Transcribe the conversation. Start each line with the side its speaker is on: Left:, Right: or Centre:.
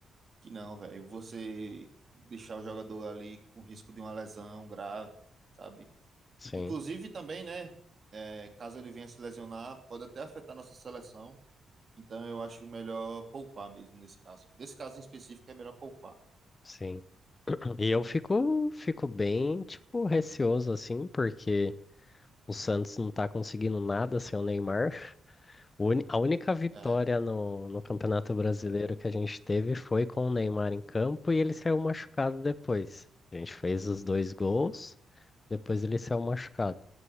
Right: Que não, velho. Você deixar o jogador ali com risco de uma lesão grave, sabe?
Left: Sim,
Right: Inclusive também, né? é, caso ele venha se lesionar, pode até afetar nossa seleção. Então eu acho melhor poupar mesmo nesse caso. Nesse caso em específico é melhor poupar.
Left: sim. E eu fico, fico bem, tipo, receoso assim, porque o Santos não tá conseguindo nada sem o Neymar. O uni- A única vitória
Right: É,
Left: no, no Campeonato Brasileiro que a gente teve foi com o Neymar em campo e ele saiu machucado depois. A gente fez os dois gols, depois ele saiu machucado.